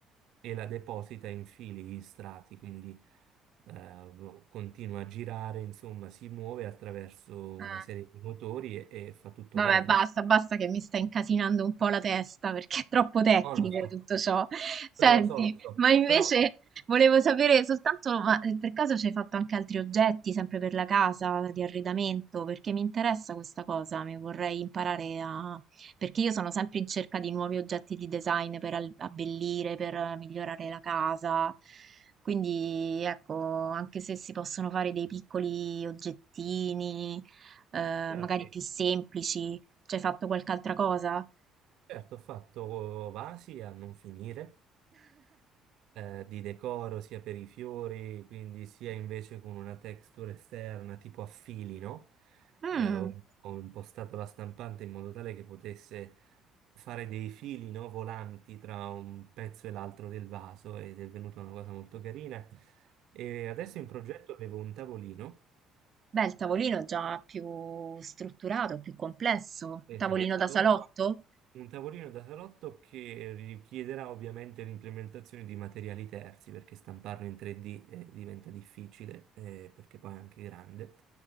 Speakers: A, on the right (about 70°); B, on the right (about 40°).
A: e la deposita in fili, in strati, quindi eh, continua a girare, insomma, si muove attraverso
B: Eh,
A: una serie di motori e, e fa tutto
B: Vabbè,
A: lei.
B: basta,
A: alla-
B: basta che mi sta incasinando un po' la testa perché è troppo tecnico
A: No, lo so,
B: tutto ciò. Senti,
A: lo so, lo so,
B: ma invece
A: però
B: volevo sapere soltanto, ma eh, per caso ci hai fatto anche altri oggetti, sempre per la casa, di arredamento? Perché mi interessa questa cosa, mi vorrei imparare a... perché io sono sempre in cerca di nuovi oggetti di design per al- abbellire, per eh, migliorare la casa. Quindi, ecco, anche se si possono fare dei piccoli oggettini eh,
A: certo.
B: magari più semplici? Ci hai fatto qualche altra cosa?
A: Certo, ho fatto vasi a non finire, eh, di decoro sia per i fiori, quindi sia invece con una texture esterna tipo a fili, no?
B: Mm,
A: Eh, ho, ho impostato la stampante in modo tale che potesse fare dei fili, no, volanti tra un pezzo e l'altro del vaso ed è venuta una cosa molto carina. E adesso in progetto avevo un tavolino,
B: Beh, il tavolino già più strutturato, più complesso.
A: esatto,
B: Tavolino da salotto?
A: Un tavolino da salotto che richiederà ovviamente l'implementazione di materiali terzi, perché stamparlo in 3D eh, diventa difficile, eh, perché poi è anche grande.